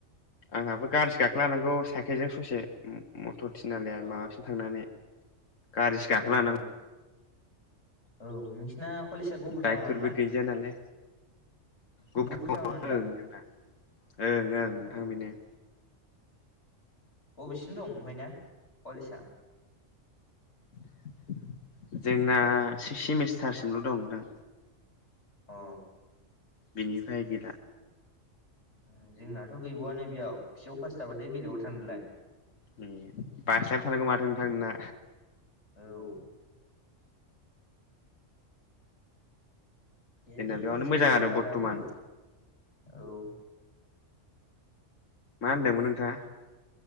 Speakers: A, on the left; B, on the left.
A: आंहाबो गारिसो गाखोलानांगौ साइकेलजों ससे उम मथर थिनालिया
B: औ
A: माबासिम थांनानै गारिसो गाखोलांनांगौ
B: ओम औ नोंसिना कलेजआ गुफुर
A: बाइकफोरबो
B: टाउनानो ना
A: गैजाया नालाय ग
B: गुफुर टाउनानो
A: ओं
B: दा
A: जोंना ओं ओं नोंथां
B: अ
A: बेनो
B: बबेसिम दं ओमफफ्राय ना कलेजआ
A: <inaudible> जोंना सिक्स सेमिस्टारसिमल दं नोंथां
B: अ
A: बिनिफ्राय गैला
B: उ जोंनाथ गैबावआनो बेयाव फिय फास जाबाथाय बेलेगाव थांदोलाय
A: उम बानस्लायबायथानांगौ माथो नोंथां नोंना
B: औ गैलि
A: जोंना बेयावनो
B: जोंथिं
A: मोजां आरो
B: बारा
A: बर्थ'मान
B: खले औ
A: मा होनदोंमोन नोंथाङा